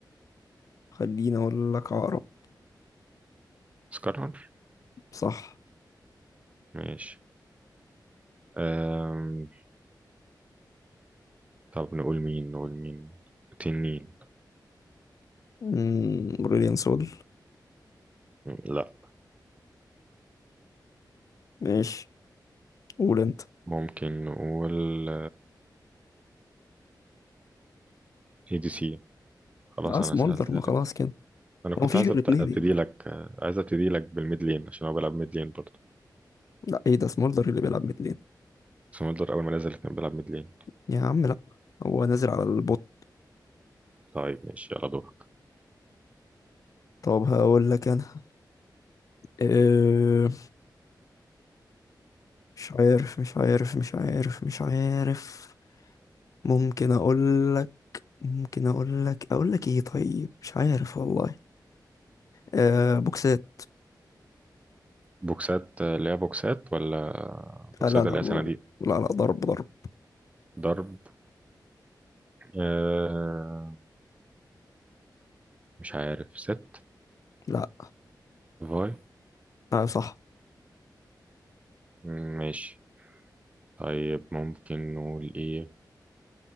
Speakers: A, on the left; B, on the right.
A: خليني اقول لك عقرب
B: اسكرنر
A: صح
B: ماشي أم... طب نقول مين نقول مين تنين
A: امم بريليان سول
B: لا
A: ماشي قول انت
B: ممكن نقول اي دي سي خلاص
A: اه
B: انا
A: سمولدر
B: سألتها
A: ما خلاص
B: لك
A: كده
B: انا كنت
A: هو مفيش
B: عايز
A: غير
B: أبت-
A: اتنين
B: ابتدي
A: يعني
B: لك آه، عايز ابتدي لك بالميد لين عشان هو بيلعب ميد لين برضه
A: لا ايه ده سمولدر اللي بيلعب متلين
B: سمودلر اول ما نزل كان بيلعب ميد لين
A: يا عم لا هو نازل على البوت
B: طيب ماشي يلا دورك
A: طب هقول لك انا أه... مش عارف مش عارف مش عارف مش عارف ممكن اقول لك ممكن اقول لك اقول لك ايه طيب مش عارف والله آه بوكسات
B: بوكسات آه، اللي هي بوكسات ولا بوكسات
A: آه لا لا
B: اللي هي صناديق
A: ما- لا لا ضرب ضرب
B: ضرب آه... مش عارف ست
A: لا
B: فاي
A: آه صح
B: مم، ماشي طيب ممكن نقول ايه